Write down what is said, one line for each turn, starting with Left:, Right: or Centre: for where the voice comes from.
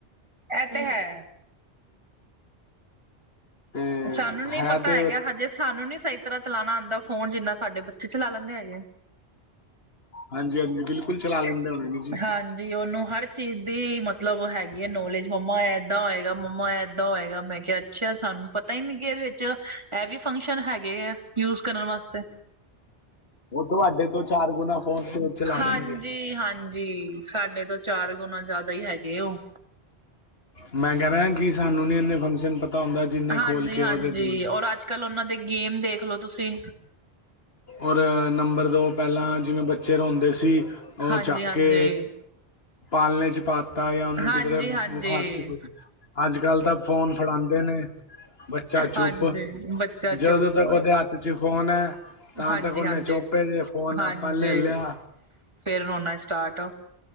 Right: ਐ ਤੇ ਹੈ।
Left: ਤੇ
Right: ਸਾਨੂੰ ਨੀ
Left: ਹੈ
Right: ਪਤਾ
Left: ਤੇ
Right: ਹੈਗਾ ਹਜੇ। ਸਾਨੂੰ ਨੀ ਸਹੀ ਤਰ੍ਹਾਂ ਚਲਾਣਾ ਆਦਾ ਫੋਨ, ਜਿੰਨਾ ਸਾਡੇ ਬੱਚੇ ਚਲਾ ਲੈਂਦੇ ਹੈਗੇ।
Left: ਹਾਂਜੀ ਹਾਂਜੀ ਬਿਲਕੁਲ ਚਲਾ ਲੈਂਦੇ ਹੋਣੇ ਜੀ
Right: ਹਾਂਜੀ ਜੀ ਉਹਨੂੰ ਹਰ ਚੀਜ਼ ਦੀ ਮਤਲਬ ਹੈਗੀ ਹੈ ਨੌਲੇਜ ਮੰਮਾ ਏਦਾਂ ਹੋਏਗਾ ਮੰਮਾ ਏਦਾਂ ਹੋਏਗਾ ਮੈਂ ਕਿਹਾ ਅੱਛਾ ਸਾਨੂੰ ਪਤਾ ਹੀ ਨੀ ਕਿ ਇਹਦੇ ਵਿੱਚ ਇਹ ਵੀ ਫੰਕਸ਼ਨ ਹੈਗੇ ਆ ਯੂਜ ਕਰਨ ਵਾਸਤੇ
Left: ਓ ਤੁਹਾਡੇ ਤੋਂ ਚਾਰ ਗੁਣਾ ਫੋਨ ਤੇ ਚਲਾ
Right: ਹਾਂਜੀ
Left: ਦੇਣਗੇ
Right: ਹਾਂਜੀ ਸਾਡੇ ਤੋਂ ਚਾਰ ਗੁਣਾ ਜ਼ਿਆਦਾ ਹੀ ਹੈਗੇ ਉਹ
Left: ਮੈਂ ਕਹਿ ਰਿਹਾ ਕਿ ਸਾਨੂੰ ਨੀ ਇੰਨੇ ਫੰਕਸ਼ਨ ਪਤਾ ਹੁੰਦਾ ਜਿੰਨੇ
Right: ਹਾਂਜੀ
Left: ਖੋਲ ਕੇ
Right: ਹਾਂਜੀ
Left: ਉਹਦੇ ਦਿੰਦੇ
Right: ਔਰ ਅੱਜ ਕੱਲ੍ਹ ਉਹਨਾਂ ਦੇ ਗੇਮ ਦੇਖਲੋ ਤੁਸੀਂ
Left: ਔਰ ਨੰਬਰ ਦੋ ਪਹਿਲਾਂ ਜਿਵੇਂ ਬੱਚੇ ਰਾਉਦੇ ਸੀ ਉਹ
Right: ਹਾਂਜੀ
Left: ਚ
Right: ਹਾਂਜੀ
Left: ਕੇ ਪਾਲਣੇ ਚ ਪਾ ਤਾ ਜਾਂ ਉਹਨੂੰ
Right: ਹਾਂਜੀ
Left: ਕਿਧਰੇ
Right: ਹਾਂਜੀ
Left: ਚ ਕੁ ਅੱਜ ਕੱਲ ਤਾਂ ਫੋਨ ਫੜਾਂਦੇ ਨੇ ਬੱਚਾ ਚੁੱਪ
Right: ਹਾਂਜੀ ਬੱਚਾ
Left: ਜਦੋਂ
Right: ਚੁੱਪ
Left: ਤੱਕ ਉਹਦੇ ਹੱਥ ਚ ਫੋਨ ਹੈ ਤਾਂ
Right: ਹਾਂਜੀ
Left: ਤ ਉਹਨੇ
Right: ਹਾਂਜੀ
Left: ਚੋਪੇ ਦੇ ਫੋਨ
Right: ਹਾਂਜੀ
Left: ਆਪਾਂ ਲੈ ਲਿਆ
Right: ਫੇਰ ਰੋਣਾ ਸਟਾਰਟ